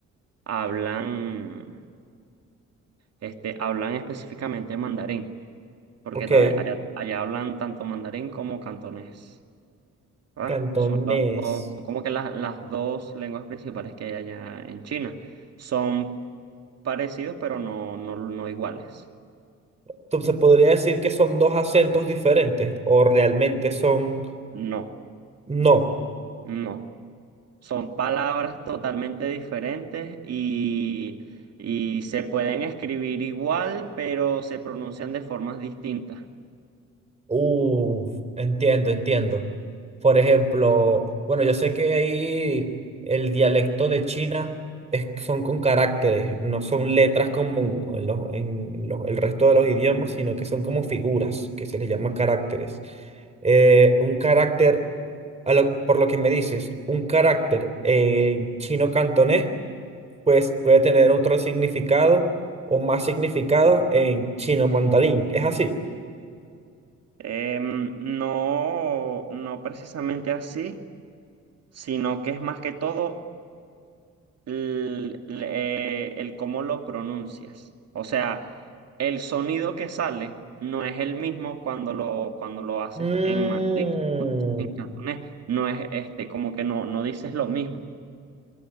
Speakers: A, on the right; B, on the right.
A: hablan. este, hablan específicamente mandarín, porque
B: Ok.
A: ta- allá, allá hablan tanto mandarín como cantonés, ¿verdad?
B: Cantonés.
A: Son las dos, como que las, las dos lenguas principales que hay allá en China. Son parecidos, pero no, no, no iguales.
B: Entonces, ¿se podría decir que son dos acentos diferentes o realmente son...
A: No,
B: No.
A: no. Son palabras totalmente diferentes y, y se pueden escribir igual, pero se pronuncian de formas distintas.
B: Uh, entiendo, entiendo. Por ejemplo, bueno, yo sé que ahí el dialecto de China es, son con caracteres, no son letras como en los- en los- el resto de los idiomas, sino que son como figuras, que se les llama caracteres. Eh, un carácter, a lo- por lo que me dices, un carácter en chino cantonés, pues puede tener otro significado o más significado en chino mandarín. ¿Es así?
A: Em, no, no precisamente así. sino que es más que todo el, le- eh, el cómo lo pronuncias. O sea, el sonido que sale no es el mismo cuando lo, cuando lo haces
B: Mm,
A: en mandarín, en cantonés. No es este, como que no, no dices lo mismo.